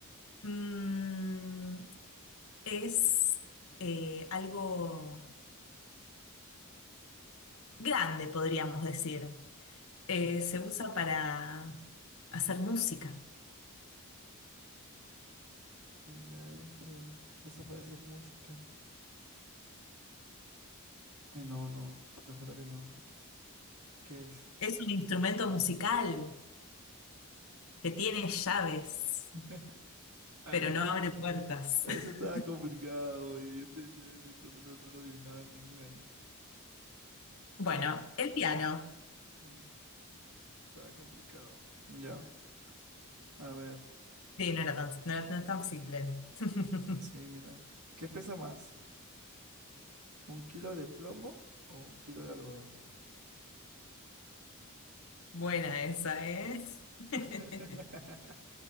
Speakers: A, on the left; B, on the right.
A: Mm, es eh, algo grande, podríamos decir. Eh, se usa para hacer música.
B: de llaves, pero no. Se hace para hacer música. Eh, no, no, te lo juro que no. ¿Qué es?
A: Es un instrumento musical. que tiene llaves,
B: <laughs> Ay,
A: pero no abre puertas.
B: eso
A: <laughs>
B: estaba complicado y yo te decía eso y tú no, lo no lo adivinabas en ningún año. Estaba,
A: Bueno,
B: muy-
A: el
B: estaba,
A: piano.
B: mm, estaba complicado. Ya, a ver,
A: Sí, no era tan, no era- no es tan simple. <laughs>
B: sí, mira. ¿Qué pesa más? ¿Un kilo de plomo o un kilo de algodón?
A: Buena esa, ¿eh? <laughs>
B: <laughs>